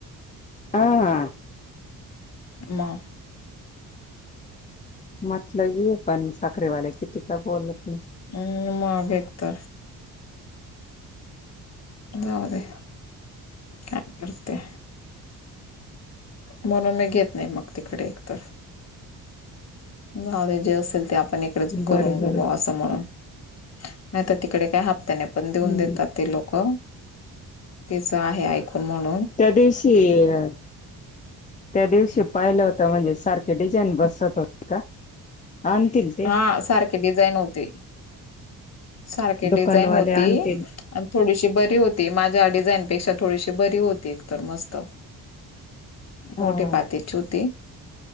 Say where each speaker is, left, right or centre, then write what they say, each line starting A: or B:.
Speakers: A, on the left; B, on the left.
A: आ हा.
B: मग?
A: म्हटलं ये पण साखरेवाले किती का बोलत न?
B: हम्, मागे तर, जाऊ दे. काय करते? म्हणून मी घेत नही, मग तिकडे एकतर. जाऊदे, जे असेल, ते आपण इकडेच
A: नाही बरं
B: करून
A: बरं
B: घे बा अस. म्हणूण, नाही त तिकडे काय, हप्त्याने पण देऊन
A: हम्म
B: देतात, ते लोकं तिचं आहे, ऐकून म्हणून.
A: त्या दिवशी अ त्या दिवशी पाहिलं होत, म्हणजे सारखे डिझाईन बसत होते का? आण तील.
B: हां सारखें डिझाईन होते सारखी
A: दुकानवाले
B: डिझाईन होती.
A: आणतील
B: आणि थोडीशी बरी होती माझ्यां डिझाईनपेक्षा थोडीशी बरी होती एकतरं मस्तं मोठी
A: हा
B: पात्यांची होती.